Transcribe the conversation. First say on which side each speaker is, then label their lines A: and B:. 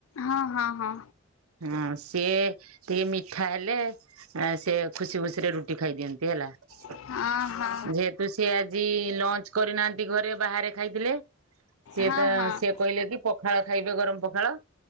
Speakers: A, on the left; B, on the right.
A: ହଁ ହଁ ହଁ।
B: ହଁ ସିଏ ଟିକେ ମିଠା ହେଲେ ସି ଖୁସି ଖୁସିରେ ରୁଟି ଖାଇଦିଅନ୍ତି। କେ ହେଲା।
A: ହଁ
B: ଯେହେତୁ
A: ହଁ ହଁ
B: ସି ଆଜି ଲଞ୍ଚ କରିନାହାନ୍ତି ଘରେ ବାହାରେ ଖାଇଥିଲେ ସିଏ
A: ହଁ
B: ତ
A: ହଁ
B: ସିଏ କହିଲେ କି ପଖାଳ ଖାଇବେ ଗରମ ପଖାଳ।